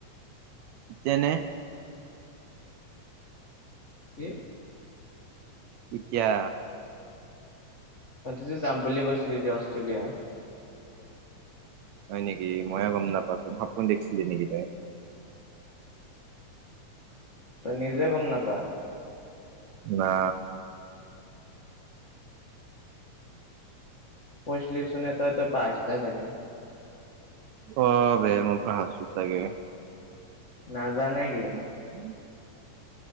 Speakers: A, on the right; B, on the left.
A: তেনে
B: কি?
A: এতিয়া?
B: তহঁতি যে যাম বুলি কৈছিলে অষ্ট্ৰেলিয়া।
A: হয় নেকি মইয়ে গম নাপওঁ সাপোন দেখিছিলি নেকি তই?
B: তই নিজে গম নাপা।
A: না।
B: পচলছোন এটা এ পচটা চাগে। <inaudible>
A: অ', বে মই পাহৰিছোঁ চাগে।
B: নাজানে কি?
A: <unintelligible>